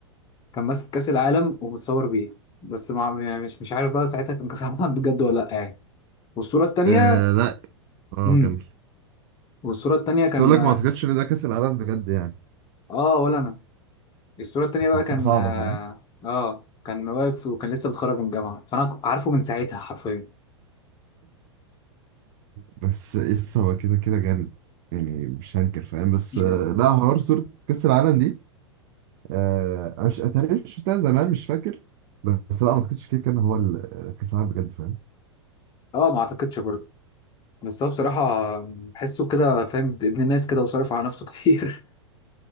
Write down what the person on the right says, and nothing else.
آه لا اه
كمل
بس كنت
أقول لك ما أعتقدش إن ده كأس العالم بجد يعني
بس
حاسها
صعبة
فاهم
بس يس هو كده كده جامد يعني مش هنكر فاهم بس
آه، لا حوار صورة كأس العالم دي آه، أنا مش أتهيألي مش شفتها زمان مش فاكر بس لا ما أعتقدش كده كان هو ال- كأس العالم بجد فاهم